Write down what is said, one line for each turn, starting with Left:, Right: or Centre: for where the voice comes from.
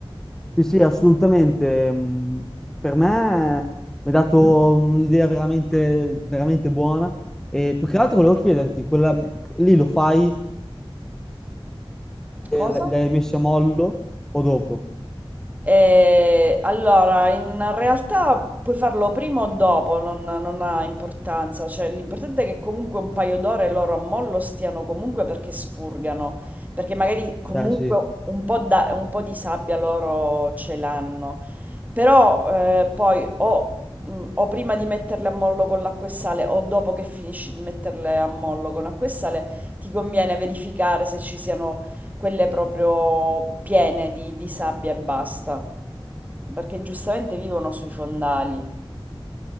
Centre: Sì, sì, assolutamente. mh, Per me mi ha dato un'idea veramente, veramente buona. E più che altro volevo chiederti, quella, lì lo fai eh,
Right: Cosa?
Centre: li hai messi a mollo o dopo?
Right: Eh, allora, in realtà puoi farlo prima o dopo, non, non ha importanza, cioè l'importante è che comunque un paio d'ore loro a mollo stiano comunque perché spurgano, perché magari comunque
Centre: Beh, sì.
Right: un po', da- un po' di sabbia loro ce l'hanno, però eh, poi o, mm, o prima di metterle a mollo con l'acqua e sale o dopo che finisci di metterle a mollo con acqua e sale ti conviene verificare se ci siano quelle proprio piene di, di sabbia e basta, perché giustamente vivono sui fondali.